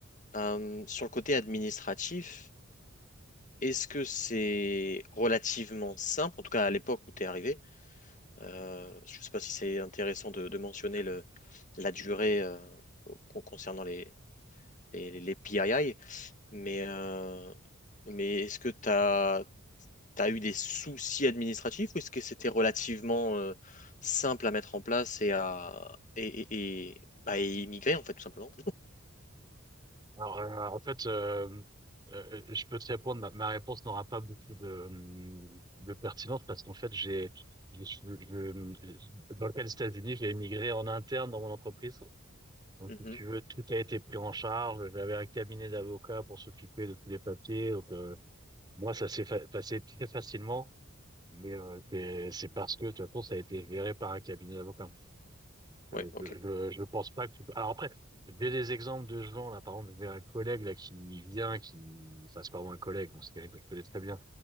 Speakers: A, on the left; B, on the right.
A: euh, sur le côté administratif, est-ce que c'est relativement simple, en tout cas à l'époque où tu es arrivé? Euh, je ne sais pas si c'est intéressant de, de mentionner le, la durée euh, con- concernant les, les, les PII, Mais, euh, mais est-ce que tu as, eu des soucis administratifs ou est-ce que c'était relativement euh, simple à mettre en place et à et, et, et- bah, et immigrer en fait tout simplement?
B: Alors, euh, en fait, euh, euh, euh, je peux te répondre, ma, ma réponse n'aura pas beaucoup de, hum, de pertinence parce qu'en fait, j'ai, je, suis- je- dans le cas des États-Unis, j'ai émigré en interne dans mon entreprise. Donc,
A: Mhm.
B: si tu veux, tout a été pris en charge. J'avais un cabinet d'avocats pour s'occuper de tous les papiers. Donc, euh, moi, ça s'est fa- passé très facilement, mais euh, c'est c'est parce que, de toute façon, ça a été géré par un cabinet d'avocats.
A: Ouais,
B: Euh,
A: ok,
B: Je, je, je pense pas que tu peux- Alors après, j'ai des exemples de gens, là, par exemple, j'ai un collègue là qui vient, qui, enfin, c'est pas vraiment un collègue, bon, c'est quelqu'un que je connais très bien,